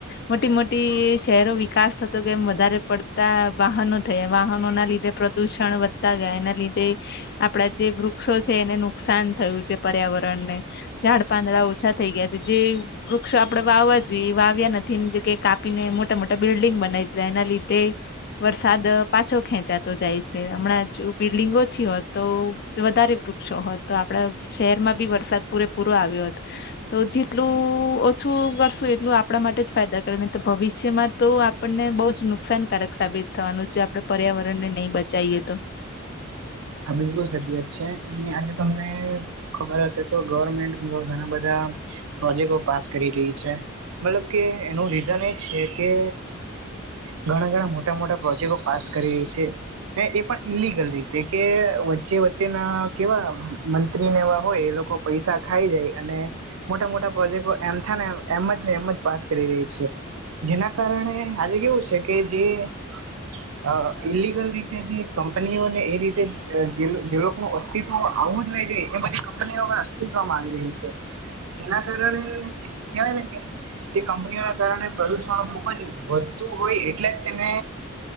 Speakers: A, on the left; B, on the right.
A: મોટી મોટી શહેરો વિકાસ થતો કે એમ વધારે પડતા વાહનો થયા.. વાહનો ના લીધે પ્રદુષણ વધતા ગયા એના લીધે.. આપડા જે વૃક્ષો છે એને નુકસાન થયું છે પર્યાવરણને.. ઝાડ પાંદડા ઓછા થઈ ગયા છે. જે- વૃક્ષો આપણે વાવવા જોઈએ વાવ્યા નથી એની જગ્યાએ કાપીને મોટા મોટા બિલ્ડીિંગ બનાવી દીધા એના લીધે.. વરસાદ. પાછો ખેંચાતો જાય છે હમણાં જો બિલ્ડિંગ ઓછી હોત તો વધારે વૃક્ષો હોત તો આપડા- શહેરમાં બી વરસાદ પૂરેપૂરો આવ્યો હતો. તો જેટલું ઓછું કરશું એટલું આપણા માટે જ ફાયદા કરે હી તો ભવિષ્યમાં તો- આપણને બહુ જ નુકસાનકારક સાબિત થવાનું છે. આપણે -પર્યાવરણ ને નહી બચાઈએ તો
B: હા બિલકુલ સાચ વાત છે અને આજે તમને ખબર હશે તો ગવર્મેન્ટ ઘણા બધા- પ્રોજેક્ટો પાસ કરી રહી છે. મતલબ કે એનું રીઝન એ છે કે ઘણા ઘણા મોટા મોટા પ્રોજેક્ટો પાસ કરી છે એ પણ ઇલિગલ રીતે કે વચ્ચે વચ્ચેના કેવા મંત્રીને એવા હોય એ લોકો પૈસા ખાઈ જાય અને મોટા મોટા પ્રોજેક્ટો એમથ એ એમ જ ને એમ જ પાસ કરી રહી છે જેના કારણે આજે કેવું છે કે જે- હ ઇલિગલ રીતે જે કંપનીઓ ને એ રી જે લોકો ન અસ્તિત્વ આવું જ નહી જોઈ એ બધી કંપની હવે અસ્તિત્વમાં આવી રહી છે. જેના કારણે કહેવાય ને કે તે કંપનીઓના કારણે પ્રદુષણ ખુબ જ વધુ - -હોય એટલે જ તેને